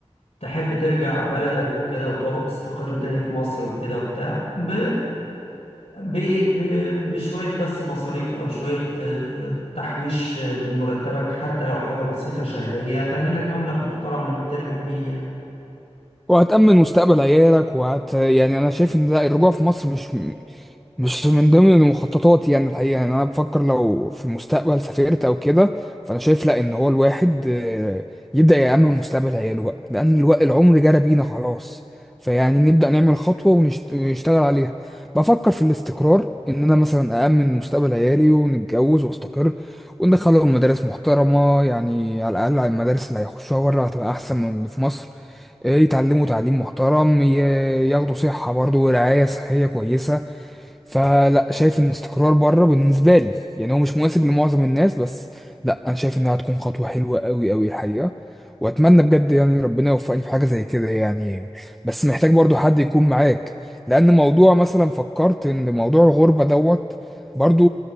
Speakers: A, on the left; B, in the centre.
A: تحب ترجع بلدك وكده وتقعد تستقر تاني في مصر وكده وبتاع ب... ب... ب... بشوية بس مصاريف أو شوية آه، تحويش آه، من مرتبك حتى لو حاجة بسيطة شهرية تعمل لك مبلغ محترم لما ترجع بيه يعني.
B: وهتأمن مستقبل عيالك وهت يعني انا شايف ان لا الرجوع في مصر مش مش من ضمن المخططات يعني الحقيقة يعني أنا بفكر لو في المستقبل سافرت أو كده فأنا شايف لأ إن هو الواحد آه، يبدأ يأمن مستقبل عياله بقى لأن الوقت العمر جرى بينا خلاص فيعني نبدأ نعمل خطوة ونشت- ونشتغل عليها بفكر في الاستقرار إن أنا مثلا أأمن مستقبل عيالي ونتجوز وأستقر وندخلهم مدارس محترمة يعني على الأقل على المدارس اللي هيخشوها بره هتبقى أحسن من اللي في مصر آه، يتعلموا تعليم محترم ي- ياخدوا صحة برضه ورعاية صحية كويسة فلا شايف ان استقرار بره بالنسبه لي يعني هو مش مناسب لمعظم الناس بس لا انا شايف انها هتكون خطوه حلوه قوي قوي الحقيقه واتمنى بجد يعني ربنا يوفقني في حاجه زي كده يعني بس محتاج برضو حد يكون معاك لان موضوع مثلا فكرت ان موضوع الغربه دوت برضو